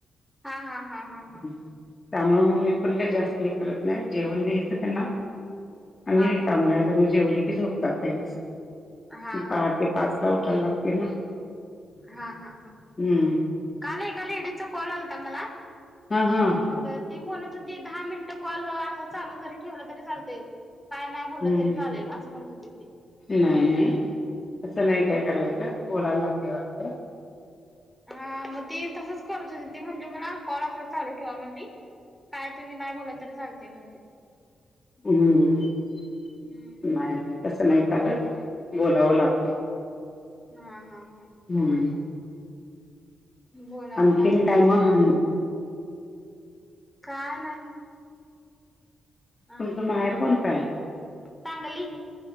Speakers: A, in the centre; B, on the left.
A: हा हा हा हा हा
B: त्यामुळ मग मी काही जास्त हे करत नाही जेवण द्यायचं त्यांना आणि
A: हा
B: रिकाम
A: हा
B: व्हायचं म जेवले की झोपतात लगेच
A: हा हा
B: पहाटे
A: हा
B: पाच ला उठायला लागते ना
A: हा हा हा हा
B: हू
A: काल एका लेडीजचा कॉल आलता मला
B: हा हा
A: मंग ती बोलत होती दहा मिनिट कॉल असा चालू जरी ठेवला तरी चालतय काय नाही
B: हम्म
A: बोललं तरी चालेल असं म्हणत होती ती
B: नाही नाही तसं नाही काय करायचं बोलायला लागते वाटत
A: हा म ती तसंच करत होती ती म्हटली मला कॉल असा चालू ठेवा म्हटली काय तुम्ही नाही बोला तर चालते म्हणते.
B: हम्म
A: हम्म
B: नाही तसं नाही चालंत बोलावं लागत.
A: हा हा हा
B: हम्म
A: बोलावं
B: आणखीन
A: लागत
B: काय
A: असेल.
B: मग?
A: काय नाय
B: तुमचं
A: आम्ही
B: माहेर कोणतं आहे?
A: सांगली.